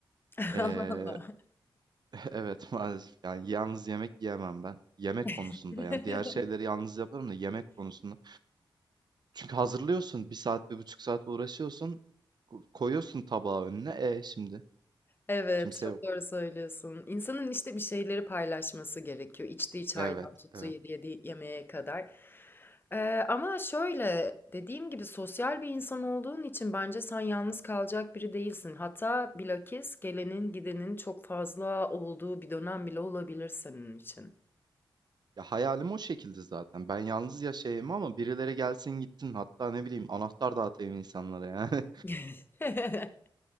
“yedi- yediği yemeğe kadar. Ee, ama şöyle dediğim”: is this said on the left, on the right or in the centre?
Left